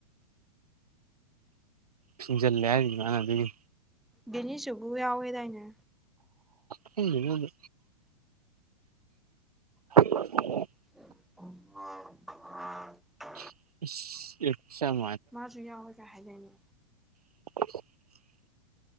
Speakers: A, on the right; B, in the centre.
A: ꯐꯤꯡꯖꯜꯂꯦ ꯍꯥꯏꯔꯤꯌꯦ ꯃꯥꯅ ꯑꯗꯨꯒꯤ
B: ꯗꯦꯅꯤꯁ ꯇꯨꯕꯨ ꯌꯥꯎꯋꯦ ꯗꯥꯏꯅꯦ
A: ꯈꯪꯗꯦꯗ ꯑꯗꯨ <unintelligible>
B: <unintelligible>
A: <unintelligible> ꯏꯌꯔꯄꯤꯁ ꯁꯦ ꯌꯥꯝ
B: ꯃꯥꯖꯨ ꯌꯥꯎꯋꯤꯒ ꯍꯥꯏꯗꯥꯏꯅꯦ
A: <inaudible>